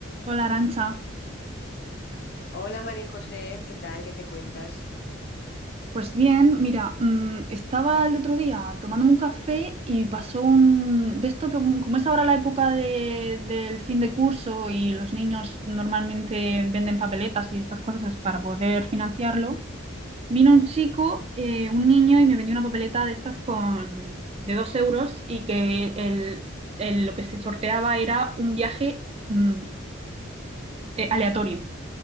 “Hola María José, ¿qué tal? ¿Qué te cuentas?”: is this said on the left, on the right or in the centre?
Left